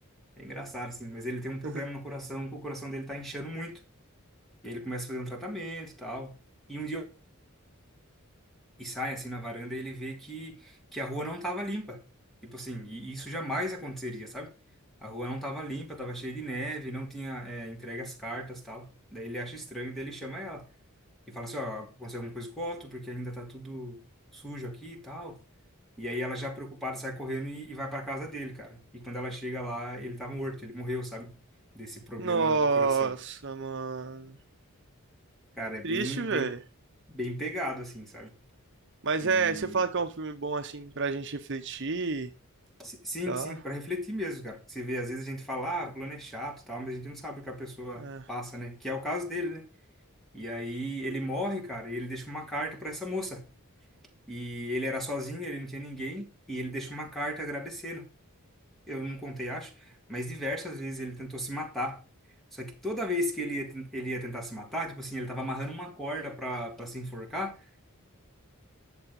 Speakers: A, in the centre; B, on the right (about 55°).
A: É engraçado assim, mas ele tem um problema
B: <laughs>
A: no coração, que o coração dele tá inchando muito. E aí ele começa a fazer um tratamento e tal. E um dia e sai assim na varanda e ele vê que, que a rua não tava limpa. Tipo assim, e isso jamais aconteceria, sabe? A rua não tava limpa, tava cheia de neve, não tinha é, entregue as cartas tal. Daí ele acha estranho, daí ele chama ela e fala assim, ó, aconteceu alguma coisa com o Otto, porque ainda tá tudo sujo aqui e tal. E aí ela já preocupada sai correndo e, e vai pra casa dele, cara. E quando ela chega lá, ele tava morto, ele morreu, sabe? Desse problema
B: Nossa,
A: do coração.
B: mano.
A: Cara, é bem,
B: Triste, velho.
A: bem, bem pegado assim, sabe?
B: Mas
A: E
B: é, você fala que é um filme bom, assim, pra gente refletir,
A: Si- Sim,
B: tá?
A: sim, para refletir mesmo, cara. Você vê, às vezes a gente fala, ah, fulano é chato, e tal, mas a gente não sabe o que a pessoa
B: É.
A: passa, né? Que é o caso dele, né? E aí ele morre, cara, e ele deixa uma carta para essa moça. E ele era sozinho, ele não tinha ninguém, e ele deixa uma carta agradecendo. Eu não contei, acho, mas diversas vezes ele tentou se matar. Só que toda vez que ele ia, ten- ele ia tentar se matar, tipo assim, ele tava amarrando uma corda pra, pra se enforcar,